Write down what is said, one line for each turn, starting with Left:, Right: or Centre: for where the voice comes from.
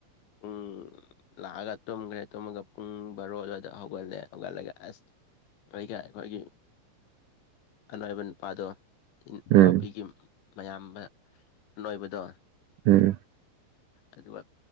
Right: <unintelligible>
Left: ꯄꯨꯡ ꯂꯥꯛꯑꯒ ꯇꯨꯝꯈ꯭ꯔꯦ ꯇꯨꯝꯃꯒ ꯄꯨꯡ ꯕꯥꯔꯣ ꯑꯗꯨꯋꯥꯗ ꯍꯧꯒꯠꯂꯦ ꯍꯧꯒꯠꯂꯒ ꯑꯁ ꯑꯩꯒ ꯑꯩꯈꯣꯏꯒꯤ ꯑꯅꯣꯏꯕ ꯅꯨꯄꯥꯗꯣ ꯏꯅꯥꯎꯄꯤꯒꯤ
Right: ꯎꯝ
Left: ꯃꯌꯥꯝꯕ ꯑꯅꯣꯏꯕꯗꯣ
Right: ꯎꯝ
Left: ꯑꯗꯨꯒ